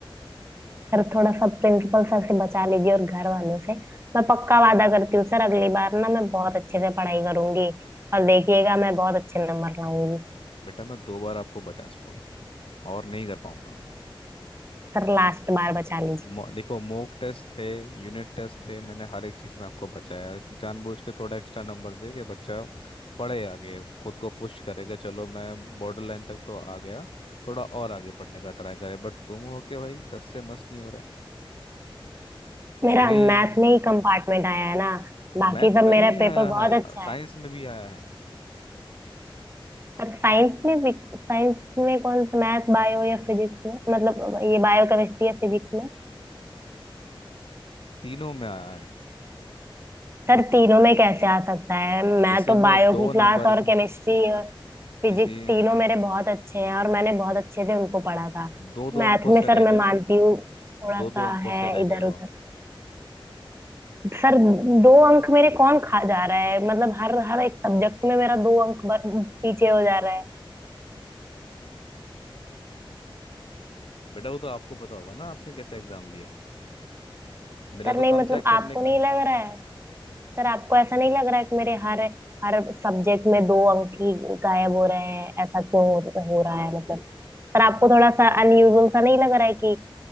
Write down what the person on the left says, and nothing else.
बेटा मैं दो बार आपको बचा चुका हूँ और नहीं कर पाऊंगा मैं
मो- देखो मॉक टेस्ट थे यूनिट टेस्ट थे मैंने हर एक चीज़ में आपको बचाया जानबूझ के थोड़ा एक्स्ट्रा नंबर दे के बच्चा पढ़े आगे खुद को पुश करेगा चलो मैं बॉर्डर लाइन तक तो आ गया थोड़ा और आगे पढ़ने का ट्राई करे बट तुम हो के भाई दस से मस्त नहीं हो रहे
वही
मैथ
में
नहीं आया
है यार
साइंस
में भी आया है
तीनों में आया है
किसी
में
दो
नंबर
हैं,
किसी
दो दो
अंकों से
रह
गए
हो
आप
दो
दो अंकों से
रह
गए हो
आप
बेटा वो तो आपको पता होगा ना आपने कैसे एग्जाम दिया है मेरा
तो
काम
चेक
करने का
है